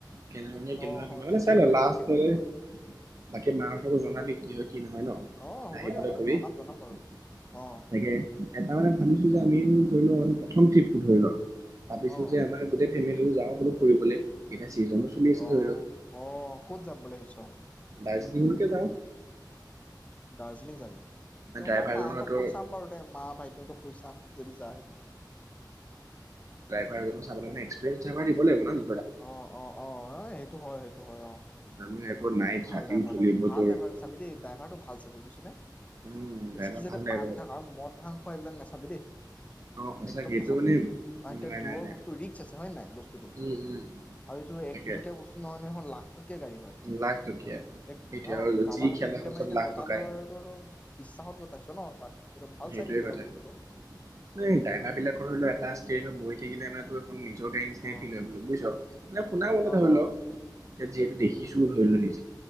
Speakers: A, on the right; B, on the left.
A: কেনেধৰনে কেনেকোৱা
B: অ
A: কিবা
B: অ
A: মানে
B: ঠিকেই
A: চাই লোৱা
B: কৰিলি
A: লাষ্টলৈ
B: ঠিকেই কৰিলি বাৰু
A: কি মা হতকো জনাবি কি হয় নহয় ন
B: অ হ'ব
A: আহিবলৈ
B: দে হ'ব দে
A: কবি
B: জনাম
A: তাকে
B: জনাম বাৰু অ
A: এটাৰ মানে ভাবিছো যে আমিও ধৰি লও প্ৰথম ট্ৰিপটো ধৰি লও ভাবিছো
B: অ
A: যে আমাৰ গোটেই ফেমিলি দুয়ো যাওঁ বোলো ফুৰিবলে চিজনো চলি আছে
B: অ
A: ধৰি লও
B: অ ক'ত যাম বুলি ভাবিছ ত
A: দাৰ্জিলিং লৈ কে যাওঁ
B: দাৰ্জিলিং যাবি ত
A: ড্ৰাইভাৰজনৰ
B: মই মাহঁতক
A: তোৰ
B: কৈ চাম বাৰু দে মা ভাইটিহঁতক কৈ চাম যদি যায়
A: মানুহজনক চাবলে মানে এক্সপিৰিয়েন্স ড্ৰাইভাৰ দিব লাগিব নানি
B: অ অ অ সেইটো হয় সেইটো হয় অ
A: মানুহ একো নাইট
B: ভাল
A: ৰাতিও
B: ড্ৰাইভাৰ
A: চলিব
B: লাগিব ভাল
A: তোৰ
B: ড্ৰাইভাৰ চাবি দেই ড্ৰাইভাৰটো ভাল চাবি বুইছ হয়নে
A: উম ড্ৰাইভাৰ
B: সি যাতে
A: ভাল লাগিব
B: পানী থকা মদ ভাং তৈ এইবিলাক নাচাবি দেই
A: অ সঁচাকে
B: একদম
A: এইটো
B: নাচাবি
A: মানে
B: কাৰণ
A: উম
B: এতিয়া
A: নাই
B: দূৰৰ
A: নাই নাই
B: বস্তু ৰিক্স আছে হয় নে বস্তুটো
A: উম উম
B: আৰু এইটো
A: তাকে
B: একটকিয়া বস্তু নহয় ন লাখ টকীয়া গাড়ী হয়
A: লাখ টকীয়া
B: দে
A: সেইটোৱে
B: অ
A: আৰু
B: কাবাৰ
A: যি
B: হাতত
A: খেলা
B: দিলে
A: হ'ল
B: মানে
A: চব
B: এতিয়া
A: লাখ
B: গটালেৰু
A: টকাই
B: আৰু বিশ্বাসত গটাইছে ন তাক এইটো ভাল
A: সেইটোৱে
B: চাই দিবি
A: কথা
B: আৰু বস্তুটো
A: নাই ড্ৰাইভাৰ বিলাকৰনো এ ক্লাছ টেনত বহি থাকিলে মানে টোৰ নিজকে নিচিনাই
B: অ
A: ফিল হয় বোলোঁ বুজিছ মানে শুনা মন
B: অ
A: ধৰি
B: অ
A: ল ইয়াত যিহেতু দেখিছো ধৰি ল